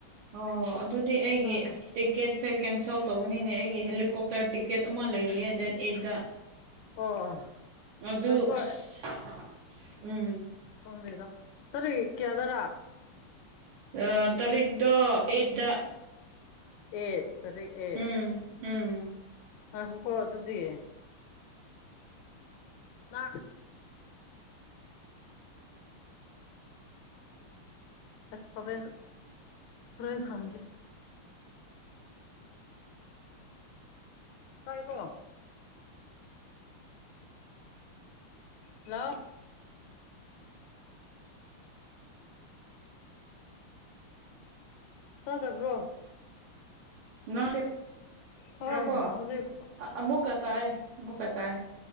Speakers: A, on the right; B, on the left.
A: ꯑꯣ ꯑꯗꯨꯗꯤ ꯑꯩꯒꯤ
B: ꯆꯥꯅ
A: ꯑꯁ ꯇꯤꯀꯦꯠꯁꯦ ꯀꯦꯟꯁꯦꯜ ꯇꯧꯒꯅꯤꯅꯦ ꯑꯩꯒꯤ ꯍꯦꯂꯤꯀꯣꯞꯇꯔ ꯇꯤꯛꯀꯦꯠ ꯑꯃ ꯂꯩꯔꯤꯑꯌꯦ ꯗꯦꯠ ꯑꯩꯠꯗ
B: ꯑꯣ
A: ꯑꯗꯨ
B: ꯉꯥꯏꯈꯣ
A: ꯑꯁ ꯎꯝ
B: ꯈꯪꯗꯦ ꯗ ꯇꯔꯤꯛ ꯀꯌꯗꯔꯥ
A: ꯑ ꯇꯥꯔꯤꯛꯛꯇꯣ ꯑꯩꯠꯗ
B: ꯑꯩꯠ ꯇꯥꯔꯤꯛ ꯑꯩꯠ
A: ꯎꯝ ꯎꯝ
B: ꯉꯏꯈꯣꯀꯣ ꯑꯗꯨꯗꯤ ꯃꯥ ꯑꯁ ꯍꯣꯔꯦꯟ ꯍꯣꯔꯦꯟ ꯍꯪꯒꯦ ꯇꯥꯏꯌꯦ ꯀꯣ ꯍꯜꯂꯣ ꯇꯥꯗꯕ꯭ꯔꯣ
A: ꯅꯣꯁꯦ
B: ꯍꯣꯏ
A: ꯀꯣ
B: ꯍꯧꯖꯤꯛ
A: ꯑꯃꯨꯛꯀ ꯇꯥꯏ ꯑꯃꯨꯛꯀ ꯇꯥꯏ